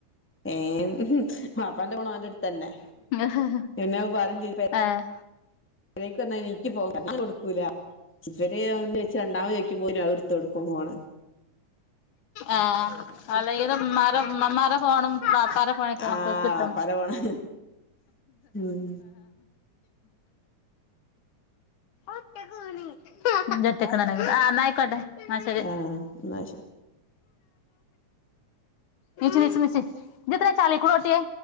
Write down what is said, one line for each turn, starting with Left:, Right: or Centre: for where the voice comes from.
Centre: ഏഹ് ബാപ്പാന്റെ ഫോൺ ഒന്റെ അടുത്ത് തന്നെ.
Left: കാണുവോ
Centre: ഇന്ന പറ ചെയ്യും
Left: ആഹ്
Centre: എനിക്ക് ഫോൺ കൊടുക്കൂല. ഇവര് ഒന്ന് വെച്ച് രണ്ടാമത് ചോക്കുമോ അത് എടുത്തു കൊടുക്കും ഫോണ്.
Left: ആഹ് അല്ലെങ്കിൽ ഇമ്മ മാരെ ഫോണും ഇമ്മമ്മാര ഫോണും ബാപ്പരെ. ആഹ് അല്ലെങ്കിലും ഉമ്മമാരെ ഫോണും ബാപ്പാന്റെ ഫോണും
Centre: ആഹ്
Left: മക്കൾക്കു കിട്ടും.
Centre: വാപ്പാന്റെ ഫോണ് ഉം
Left: ഒക്കെ <unintelligible> എന്നാ ആയിക്കോട്ടെന്ന ശെരി.
Centre: ആഹ് എന്നാ ശരി
Left: ണീച്ച ണീച്ച ണീച്ച നീ എന്തിനാ ചളീക്കൂടെ ഓട്ടിയെ